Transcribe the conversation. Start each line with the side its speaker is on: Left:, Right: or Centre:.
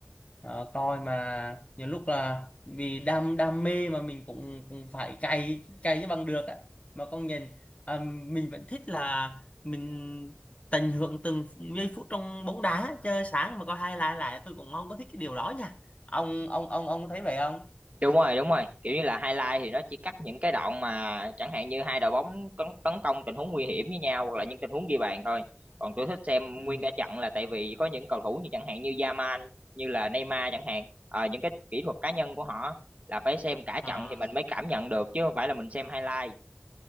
Left: đó, coi mà nhiều lúc là vì đam đam mê mà mình cũng cũng phải cày cày cho bằng được á mà con nhìn à, mình vẫn thích là mình tận hưởng từng giây phút trong bóng đá chơi sáng mà coi hai lại lại tôi cũng không có thích cái điều đó nha ông ông ông ông có thấy vậy không
Right: đúng rồi đúng rồi kiểu như là highlight thì nó chỉ cắt những cái đoạn mà chẳng hạn như hai đội bóng tấn, tấn công tình huống nguy hiểm với nhau hoặc là những tình huống ghi bàn thôi còn tôi thích xem
Left: ừ.
Right: nguyên cả trận là tại vì có những cầu thủ như chẳng hạn như Yamal như là Neymar chẳng hạn Ờ, những cái kỹ thuật cá nhân của họ là phải xem cả
Left: à
Right: trận thì mình mới cảm nhận được chứ không phải là mình xem highlight